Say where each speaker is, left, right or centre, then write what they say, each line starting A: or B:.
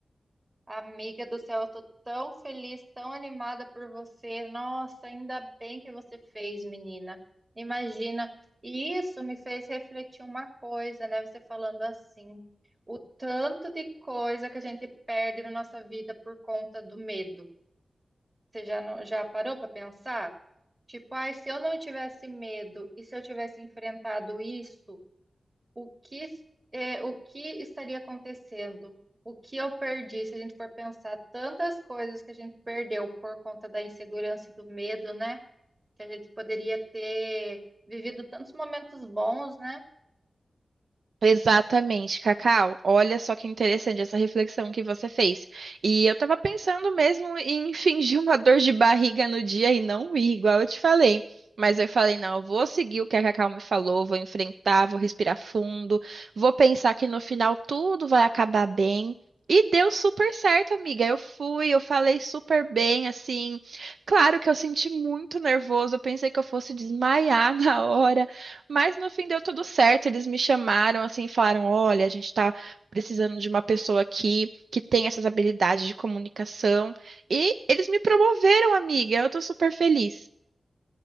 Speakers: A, on the right; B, on the right.
A: Amiga do céu, eu tô tão feliz, tão animada por você. Nossa, ainda bem que você fez, menina. Imagina. E isso me fez refletir uma coisa, né? Você falando assim, o tanto de coisa que a gente perde na nossa vida por conta do medo. Você já, não- já parou para pensar? Tipo, ai, se eu não tivesse medo e se eu tivesse enfrentado isso. O que, é, o que estaria acontecendo? O que eu perdi? Se a gente for pensar tantas coisas que a gente perdeu por conta da insegurança e do medo, né? Que a gente poderia ter vivido tantos momentos bons, né?
B: Exatamente, Cacau. Olha só que interessante essa reflexão que você fez. E eu tava pensando mesmo em <laughs> fingir uma dor de barriga no dia e não ir, igual eu te falei. Mas eu falei, não, eu vou seguir o que a Cacau me falou, vou enfrentar, vou respirar fundo, vou pensar que no final tudo vai acabar bem. E deu super certo, amiga. Eu fui, eu falei super bem, assim. Claro que eu senti muito nervoso, eu pensei que eu fosse desmaiar <laughs> na hora. Mas no fim deu tudo certo, eles me chamaram assim, falaram: "Olha, a gente está precisando de uma pessoa aqui que tem essas habilidades de comunicação". E eles me promoveram, amiga. Eu tô super feliz.